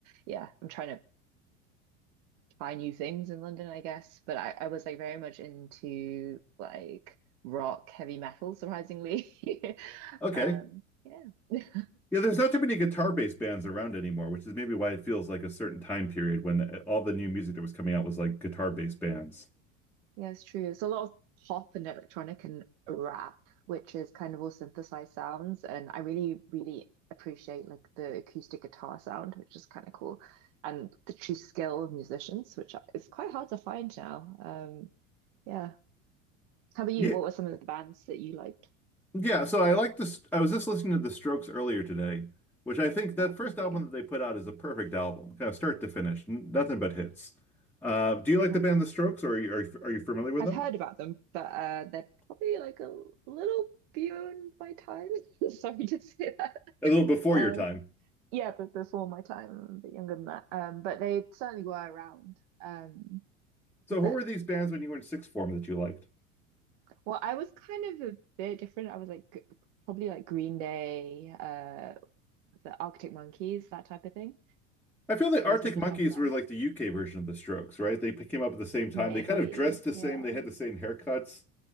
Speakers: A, on the right; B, in the centre.
A: yeah, I'm trying to try new things in London, I guess. But I, I was like very much into like rock, heavy metal, surprisingly. <laughs>
B: Okay,
A: Um, yeah. <laughs>
B: Yeah, there's not too many guitar based bands around anymore, which is maybe why it feels like a certain time period when all the new music that was coming out was like guitar based bands.
A: Yeah, it's true. It's a lot of pop and electronic and rap, which is kind of all synthesized sounds. And I really, really appreciate like the acoustic guitar sound, which is kind of cool. And the true skill of musicians, which is quite hard to find now. Um, yeah. How about you?
B: Yeah,
A: What were some of the bands that you liked?
B: yeah. So I like this. I was just listening to The Strokes earlier today, which I think that
A: Oh,
B: first
A: okay.
B: album that they put out is a perfect album, kind of start to finish, n- nothing but hits. Uh, do you like
A: Yeah.
B: the band The Strokes, or are you, are you, are you familiar with
A: I've
B: them?
A: heard about them, but uh, they're probably like a little beyond my time. <laughs> Sorry to say that.
B: A little before
A: Um,
B: your time.
A: yeah, but before my time, a bit younger than that. Um, but they certainly were around. Um,
B: So
A: but
B: who were these bands when you were in sixth form that you liked?
A: well, I was kind of a bit different. I was like g- probably like Green Day, uh, the Arctic Monkeys, that type of thing.
B: I feel the
A: Those
B: Arctic
A: were the
B: Monkeys
A: type of bands.
B: were like the UK version of the Strokes, right? They p- came up at the same time.
A: Maybe,
B: They kind of dressed the
A: yeah.
B: same. They had the same haircuts.